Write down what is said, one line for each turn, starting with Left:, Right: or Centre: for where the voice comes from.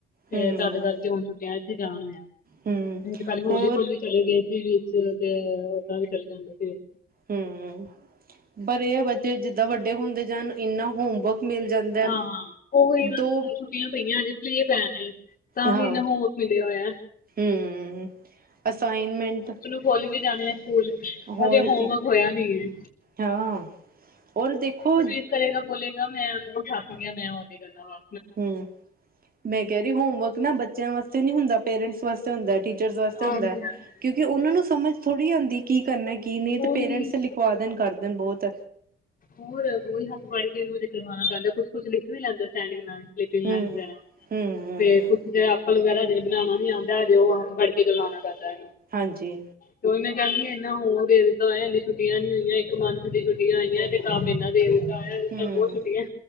Left: ਤੇ
Right: ਹੂੰ
Left: ਤਦ ਕਰਕੇ ਹੁਣ ਛੁੱਟੀਆਂ ਵਿੱਚ ਹੀ ਜਾਨ ਹੋਇਆ,
Right: ਹੂੰ
Left: ਹੁਣ ਤੇ ਪਹਿਲੇ ਹੌਲੀ-ਹੌਲੀ
Right: ਹੋਰ
Left: ਚਲੇ ਗਏ ਸੀ ਵਿੱਚ ਤੇ, ਓਦਾਂ ਵੀ ਚਲੇ ਜਾਂਦੇ ਸੀ।
Right: ਹੂੰ, ਪਰ ਇਹ ਆ ਬੱਚੇ ਜਿੱਦਾਂ ਵੱਡੇ ਹੁੰਦੇ ਜਾਣ, ਇੰਨਾ ਹੋਮਵਰਕ ਮਿਲ ਜਾਂਦੈ
Left: ਹਾਂ ਉਹੀ ਨਾ ਹੁਣ
Right: ਦੋ
Left: ਛੁੱਟੀਆਂ ਪਈਆਂ ਅਜੇ <unintelligible> ਪੈਣੇ ਤਾਂ
Right: ਹਾਂ
Left: ਵੀ ਇਨਾ ਹੋਸਵਰਕ ਮਿਲਿਆ ਹੋਇਆ।
Right: ਹੂੰ, ਅਸਾਈਨਮੈਂਟ
Left: ਖੁਲ ਵੀ ਜਾਣੇ ਆ ਸਕੂਲ,
Right: ਹੋਰ
Left: ਹਜੇ ਹੋਮਵਰਕ
Right: ਕੀ
Left: ਹੋਇਆ ਨੀ।
Right: ਹਾਂ ਔਰ ਦੇਖੋ
Left: ਕਰੇਗਾ, ਬੋਲੇਗਾ ''ਮੈਂ ਉਹ ਥਕ ਗਿਆ, ਮੈਂ ਉਹਦੀ ਗੱਲਾਂ
Right: ਹੂੰ, ਮੈਂ ਕਹਿ ਰਹੀ ਹੋਮਵਰਕ ਨਾ ਬੱਚਿਆਂ ਵਾਸਤੇ ਨੀ ਹੁੰਦਾ, ਪੇਰੈਂਟਸ ਵਾਸਤੇ ਹੁੰਦਾ। ਟੀਚਰਸ ਵਾਸਤੇ
Left: ਹਾਂਜੀ
Right: ਹੁੰਦਾ,
Left: ਹਾਂਜੀ
Right: ਕਿਉਂਕਿ ਉਹਨਾਂ ਨੂੰ ਸਮਝ ਥੋੜੀ ਹੂੰਦੀ ਕੀ ਕਰਨਾ, ਕੀ ਨਹੀਂ ਤੇ
Left: ਹੋਰ
Right: ਪੇਰੈਂਟਸ
Left: ਕੀ
Right: ਖਵਾ ਦੇਨ, ਕਰ ਦੇਨ ਬਹੁਤ।
Left: ਹੋਰ, ਉਹੀ ਹੱਥ ਫੜ੍ਹਕੇ ਉਹਨੂੰ ਕਰਵਾਣਾ ਪੈਂਦਾ, ਕੁਛ-ਕੁਛ ਲਿਖ ਵੀ ਲੈਂਦਾ ਸਟੈਂਡੀਗ ਨਾਲ ਲਾਇਨ
Right: ਹੂੰ
Left: ਵਗੈਰਾ,
Right: ਹੂੰ ਹੂੰ
Left: ਫਿਰ ਕੁਛ ਅਜੇ ਐਪਲ ਵਗੈਰਾ ਜੇਹੜਾ ਬਣਾਣਾ ਨੀ ਆਂਦਾ, ਹਜੇ ਉਹ ਹੱਥ ਫੜਕੇ ਕਰਵਾਣਾ ਪੈਂਦਾ।
Right: ਹਾਂਜੀ।
Left: ਤੇ ਓਈ ''ਮੈਂ ਕਹਿੰਦੀ ਇੰਨਾ ਹੋਮਵਰਕ ਦੇ ਦਿੱਤਾ ਹੋਇਆ, ਇਨੀ ਛੁੱਟੀਆਂ ਨੀ ਹੋਈਆਂ ਇੱਕ ਮੰਥ ਦੀ ਛੁੱ ਆਈਆਂ, ਤੇ ਕੰਮ ਇੰਨਾ ਦੇ ਇਦਾਂ ਆਇਆ ਜਿਦਾਂ
Right: ਹੂੰ
Left: ਬਹੋਤ ਛੁੱਟੀਆਂ